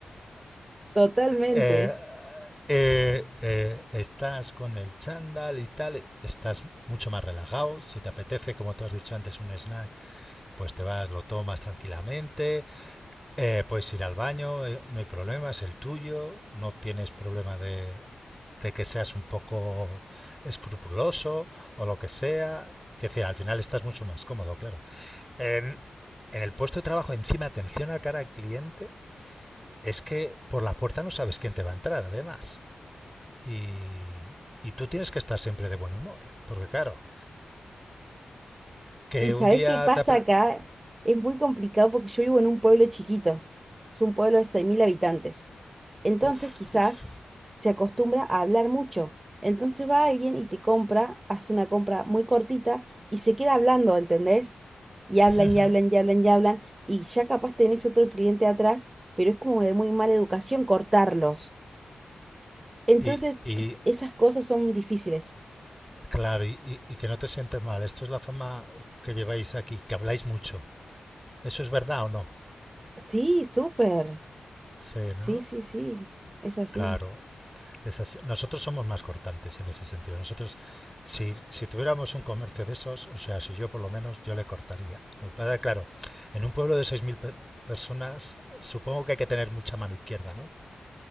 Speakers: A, on the right; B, in the centre.
A: <laughs> Totalmente.
B: eh, eh, eh, estás con el chándal y tal, estás mucho más relajado, si te apetece, como tú has dicho antes, un snack, pues te vas, lo tomas tranquilamente, eh, puedes ir al baño, eh, no hay problema, es el tuyo, no tienes problema de, de que seas un poco escrupuloso o lo que sea, que decir, al final estás mucho más cómodo, claro. En, en el puesto de trabajo, encima, atención al cara al cliente, es que por la puerta no sabes quién te va a entrar, además. Y, y tú tienes que estar siempre de buen humor. Porque claro, que
A: ¿Y
B: un
A: sabés
B: día
A: qué pasa
B: te...
A: acá? Es muy complicado porque yo vivo en un pueblo chiquito. Es un pueblo de 6.000 habitantes. Entonces
B: Uf,
A: quizás
B: uf.
A: se acostumbra a hablar mucho. Entonces va alguien y te compra, hace una compra muy cortita y se queda hablando, ¿entendés? Y hablan
B: <laughs>
A: y hablan y hablan y hablan. Y ya capaz tenés otro cliente atrás, pero es como de muy mala educación cortarlos. Entonces
B: y, y
A: t- esas cosas son difíciles.
B: claro, y, y- y que no te sientes mal. Esto es la fama que lleváis aquí, que habláis mucho. ¿Eso es verdad o no?
A: Sí, súper.
B: Sí,
A: Sí,
B: ¿no?
A: sí, sí. Es así.
B: Claro. Esas, nosotros somos más cortantes en ese sentido. Nosotros, si, si, tuviéramos un comercio de esos, o sea, si yo por lo menos, yo le cortaría. Lo que pasa es que, claro, en un pueblo de 6.000 pe personas, supongo que hay que tener mucha mano izquierda, ¿no?